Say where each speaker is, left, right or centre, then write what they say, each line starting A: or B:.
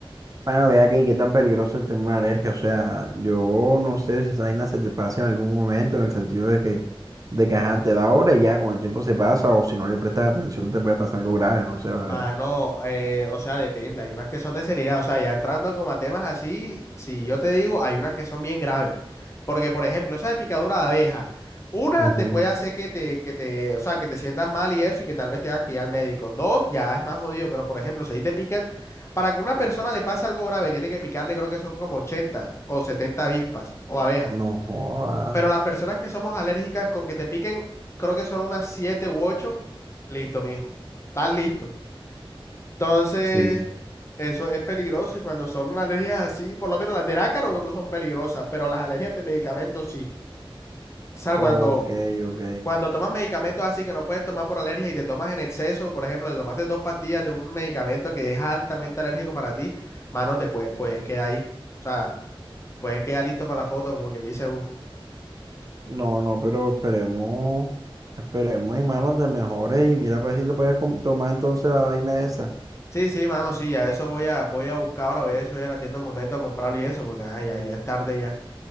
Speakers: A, on the right; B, on the left.
A: Bueno, vea que qué tan peligroso es tener una alergia. O sea, yo no sé si esa vaina se te pasa en algún momento, en el sentido de que, de que ajá, te da ahora y ya con el tiempo se pasa, o si no le prestas atención te puede pasar algo grave, no sé, la verdad.
B: Mano, eh, o sea, depende. Hay unas que son de seriedad. O sea, ya entrando como a temas así, si yo te digo, hay unas que son bien graves. Porque, por ejemplo, esa de picadura de abeja, una
A: Ujú.
B: te puede hacer que te, que te, o sea, que te sientas mal y eso, y que tal vez tengas que ir al médico. Dos, ya es más jodido. Pero, por ejemplo, si ahí te pican, para que una persona le pase algo grave, tiene que picarle, creo que son como 80 o 70 avispas o abejas.
A: No joda.
B: Pero las personas que somos alérgicas con que te piquen, creo que son unas siete u ocho Listo, mijo. Estás listo. Entonces,
A: Sí. sí.
B: eso es peligroso y cuando son alergias así, por lo menos las del ácaro no son peligrosas, pero las alergias de medicamentos sí. O sea,
A: Ok,
B: cuando,
A: ok.
B: cuando tomas medicamentos así que no puedes tomar por alergia y te tomas en exceso, por ejemplo, te tomaste dos pastillas de un medicamento que es altamente alérgico para ti, mano, te puedes, puedes quedar ahí. O sea, puedes quedar listo para la foto, como quien dice uno.
A: No, no, pero esperemos, esperemos, hermano, de mejores y mira para ver si te puedes com- tomar entonces la vaina esa.
B: Sí, sí, mano, sí, ya eso voy a, voy a buscar ahora, voy a ver si voy a la tienda un momento a comprarlo y eso, porque ajá, ya, ya es tarde ya.